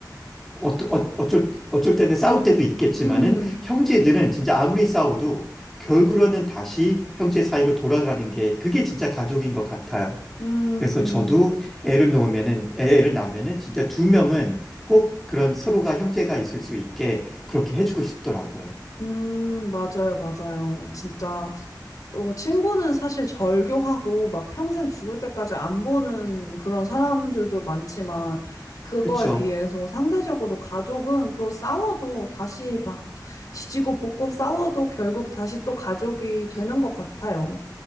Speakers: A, in the centre; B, on the left (about 55°).
A: 어떠- 어, 어쩔, 어쩔 때는 싸울 때도 있겠지만은
B: <laughs> 음,
A: 형제들은 진짜 아무리 싸워도 결국은 다시 형제 사이로 돌아가는 게 그게 진짜 가족인 것 같아요.
B: 음,
A: 그래서 저도 애를 놓으면은, 애- 애를 낳으면은 진짜 두 명은 꼭 그런 서로가 형제가 있을 수 있게 그렇게 해주고 싶더라고요.
B: 음, 맞아요, 맞아요. 진짜 어, 친구는 사실 절교하고 막 평생 죽을 때까지 안 보는 그런 사람들도 많지만 그거에
A: 그쵸?
B: 비해서 상대적으로 가족은 또 싸워도 다시 막 지지고 볶고 싸워도 결국 다시 또 가족이 되는 것 같아요.